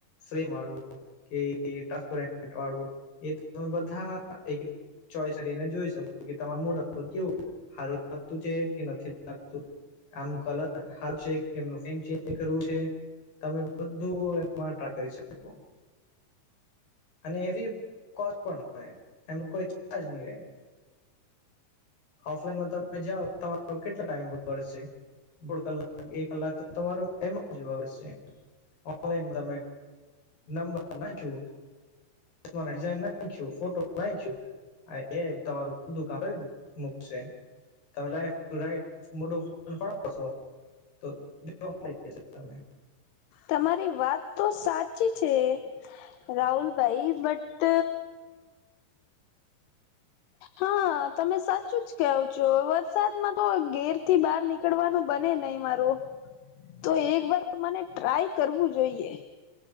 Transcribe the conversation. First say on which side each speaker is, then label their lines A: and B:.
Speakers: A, on the left; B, on the left.
A: શ્રી મળું કે ટ્રાન્સપેટ રેન્ટ વાળું એમે બધા થાહા એક ચોઈસ કરીને જોઈ શકો કે તમાર મુડ કેવું હારું લાગતું છે કે નથી લાગતું. આમનું કલર હારુ છે કે <unintelligible> કરવું છે. તમે બધું એમાં ટ્રાય કરી શકો. અને એવી કોસ પણ હોય એમનું કોઈ ચાર્જ નહી રહે. ઓફલાઈનમાં તમે જાઓ તમારો કેટલો ટાઈમ વગડશે. દોઢ કલાક એક કલાક તમારું એમાં જશે ઓનલાઈન તમે નંબર નાખ્યું <unintelligible> નાખ્યું ફોટો નાખ્યું અને એ આઈ તમારું બધું કામ કરી નાખશે. રાઈટ મોટું ફન ફાવશો તો જો તમે
B: તમારી વાત તો સાચી છે. રાહુલભાઈ બટ હા તમે સાચું જ કહો છો. વરસાદમાં તો ઘેર થી બહાર નીકળવાનું બને નહીં મારો. તો એક વાર મને ટ્રાય કરવું જોઈએ.